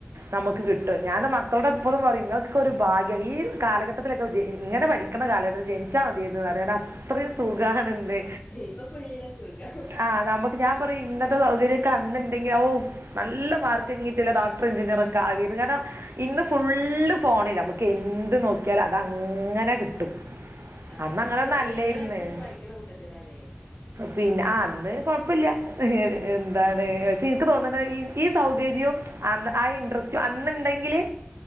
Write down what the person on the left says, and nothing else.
ഇപ്പൊ ഫുള്ള് സുഖാ
ആ
അല്ല
ഇങ്ങള് അത്യാവശ്യം പഠിക്കണ കൂട്ടത്തിലാ അല്ലേ